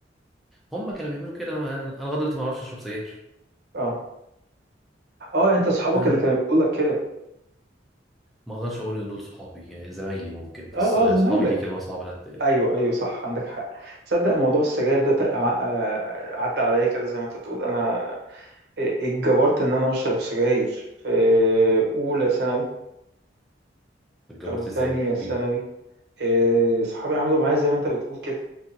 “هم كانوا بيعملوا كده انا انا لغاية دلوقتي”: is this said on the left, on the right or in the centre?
Centre